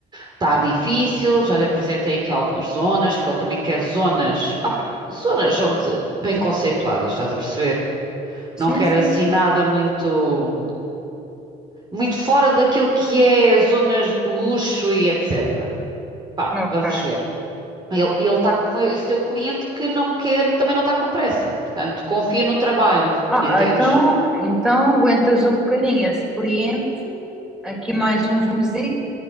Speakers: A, on the right; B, in the centre.
A: Está difícil, já lhe apresentei aqui algumas zonas, porque ele também quer zonas, opa, zonas onde bem conceituadas, estás a perceber?
B: Sim,
A: Não quer
B: sim.
A: assim nada muito, muito fora daquilo que é zonas de luxo e etc. Pá,
B: Ok.
A: vamos ver. Ele, ele está com esse teu cliente que não quer, também não está com pressa. Portanto, confia no trabalho,
B: Ah,
A: entendes?
B: então, então aguentas um bocadinho esse cliente, aqui mais uns mesitos